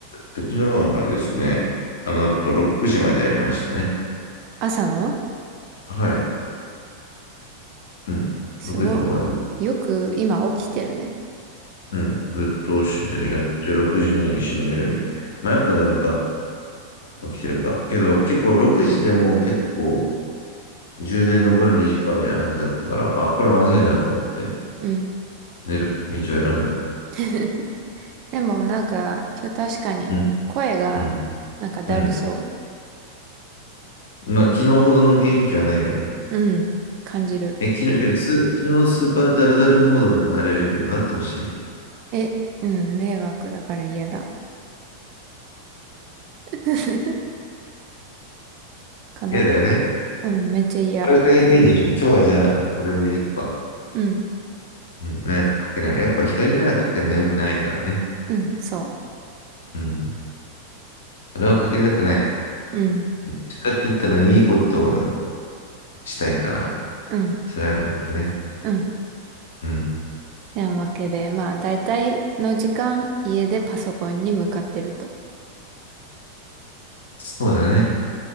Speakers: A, on the left (about 60°); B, on the right (about 40°).
A: 昨日はですね、あの後6時までやりましたね。
B: 朝の
A: はい。うん。
B: すご、
A: 6時まで、
B: よく今起きてるね。
A: うん。ぶっ通しでやって、6時に死んだように。迷ったでまた起きてるか。けど、結構6時でも結構、充電残り20%みたいな感じだったから、あ、これまずいなと思って、
B: うん。
A: 寝る道を選んだ。
B: <laughs> でもなんか、今日確かに声がなんかだるそ
A: うん。うん。うん。まあ、昨日ほどの元気はないよね。
B: う。うん、感じる。
A: え、昨日、けどス、昨日のスーパーダルダルモードにもなれるけど、なってほしい。
B: え、うん、迷惑だから嫌だ。<laughs> かな。
A: 嫌だよね。
B: うん、めっちゃ嫌。
A: これくらいがいいでしょ。今日はじゃあ、あの、これでいくわ。
B: うん。
A: うん。迷惑かけないように。やっぱ人に迷惑かけないのは良くないからね。
B: うん、そ
A: うん。それをかけたくない。どっ
B: う。うん、
A: ちかって言ったらいいことをしたいから、
B: うん、
A: それはやめとくね。
B: うん。
A: うん。
B: てなわけで、まあ、大体の時間、家でパソコンに向かってると。
A: そうだね。